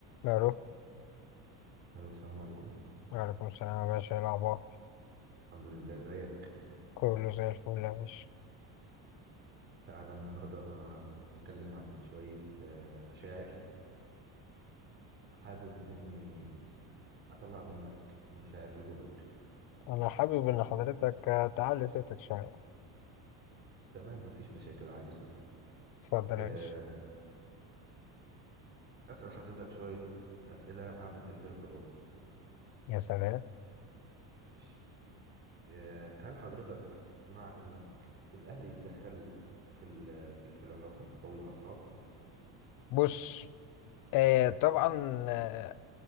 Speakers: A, on the left; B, on the right.
A: الو
B: الو السلام عليكم
A: وعليكم السلام يا باشا ايه الاخبار
B: الحمد لله زيك
A: كله زي الفل يا باشا
B: تعالى النهارده آه، نتكلم عن شوية آه، مشاعر حابب اني اطلع منك المشاعر اللي جواك
A: انا حابب ان حضرتك آه، تعلي صوتك شويه
B: تمام مفيش مشاكل اعلي صوتي
A: اتفضل
B: آه،
A: يا باشا
B: اسأل حضرتك شوية اسئلة عن الارتباط
A: يا سلام
B: ماشي آه، هل حضرتك مع انك الاهل يتدخلوا في ال- في ال- في العلاقة او الاصحاب
A: بص آه طبعا آه